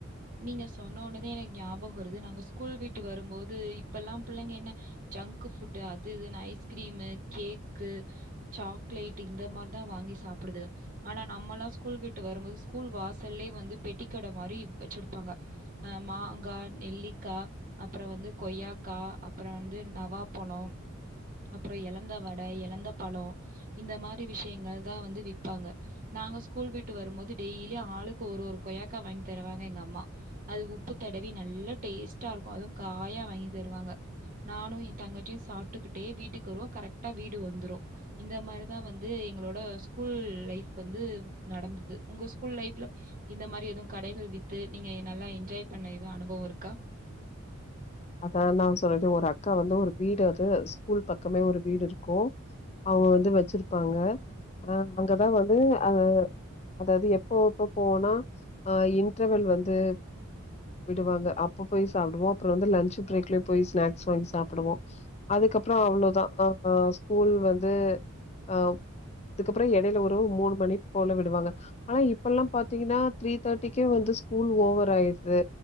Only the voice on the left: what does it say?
அத நா சொல்ற ஒரு அக்கா வந்து ஒரு வீடு அது ஸ்கூல் பக்கமே ஒரு வீடு இருக்கும் அவுங்க வந்து வச்சிருப்பாங்க ஆ அங்கதான் வந்து ஆ அதாவது எப்போ எப்ப போவோனா ஆ இன்ட்ரவெல் வந்து விடுவாங்க அப்ப போய் சாப்டுவோம் அப்புறம் வந்து லன் ச் பிரேக்ல போய் ஸ்நாக்ஸ் வாங்கி சாப்டுவோம் அதுக்கப்புறம் அவ்ளோதா ஆ ஸ்கூல் வந் து ஆ அதுக்கப்புறம் எடையில ஒரு மூணு மணி போல விடுவாங்க ஆனா இப்பல்லாம் பாத்தீங்கன்னா த்ரீ தேட்டிக்கே வந்து ஸ்கூல் ஓவர் ஆயிருது